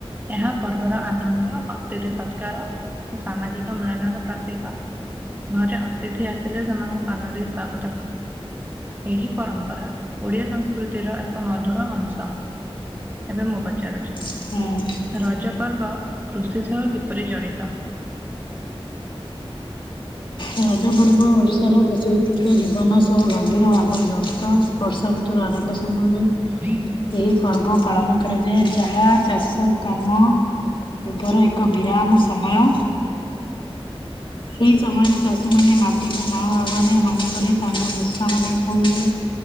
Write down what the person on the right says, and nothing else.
ଏହା ପର୍ବର ଆନନ୍ଦ ଅତିଥି ସତ୍କାର ଓ ସାମାଜିକ ମିଳନର ପ୍ରତୀ କ ଘରେ ଅତିଥି ଆସିଲେ ସେମାନଙ୍କୁ ପାନ ଦେଇ ସ୍ବାଗତ ଏହି ପରମ୍ପରା ଓଡ଼ିଆ ସଂସ୍କୃତିର ଏକ ମଧୁର ଅଂଶ। ଏବେ ମୁଁ ପଚାରୁଛି।
ରଜପର୍ବ କୃଷି ସହ କିପରି ଜଡ଼ିତ?
ଫି୍